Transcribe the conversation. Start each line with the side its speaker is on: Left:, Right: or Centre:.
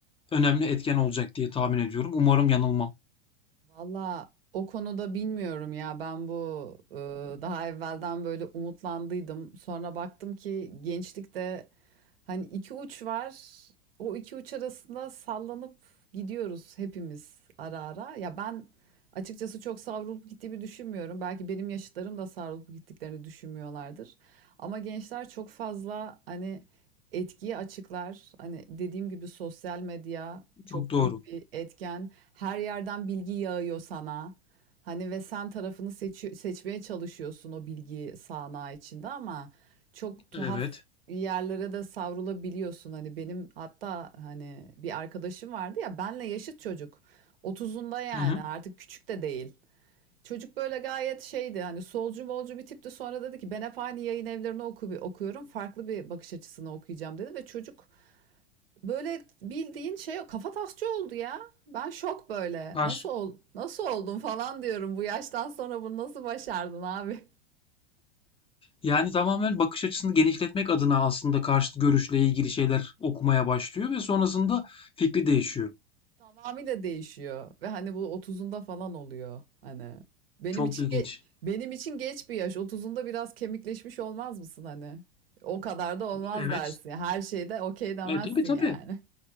Left: önemli etken olacak diye tahmin ediyorum. Umarım yanılmam.
Right: Valla o konuda bilmiyorum ya ben bu e, daha evvelden böyle umutlandıydım. Sonra baktım ki gençlikte hani iki uç var. O iki uç arasında sallanıp gidiyoruz hepimiz ara ara. Ya ben açıkçası çok savrulup gittiğimi düşünmüyorum. Belki benim yaşıtlarım da savrulup gittiklerini düşünmüyorlardır. Ama gençler çok fazla hani etkiyi açıklar. Hani dediğim gibi sosyal medya çok
Left: Çok doğru.
Right: büyük bir etken. Her yerden bilgi yağıyor sana. Hani ve sen tarafını seçi- seçmeye çalışıyorsun o bilgi sağanağı içinde ama çok tuhaf
Left: Evet.
Right: yerlere de savrulabiliyorsun. Hani benim hatta hani bir arkadaşım vardı ya benle yaşıt çocuk. 30'unda yani
Left: Hı hı.
Right: artık küçük de değil. Çocuk böyle gayet şeydi hani solcu molcu bir tipti sonra dedi ki ben hep aynı yayın evlerini oku okuyorum farklı bir bakış açısını okuyacağım dedi ve çocuk böyle bildiğin şey kafa tasçı oldu ya. Ben şok böyle
Left: Karşı.
Right: nasıl ol nasıl oldun falan diyorum bu yaştan sonra bunu nasıl başardın abi?
Left: Yani tamamen bakış açısını genişletmek adına aslında karşıt görüşle ilgili şeyler okumaya başlıyor ve sonrasında fikri değişiyor.
Right: <laughs> Tamamıyla değişiyor ve hani bu otuzunda falan oluyor hani. Benim
Left: Çok
Right: için
Left: ilginç.
Right: ge- benim için geç bir yaş otuzunda biraz kemikleşmiş olmaz mısın hani? O kadar da olmaz
Left: Evet.
Right: dersin. Her şeyde okey demezsin
Left: E, tabii tabii.
Right: yani.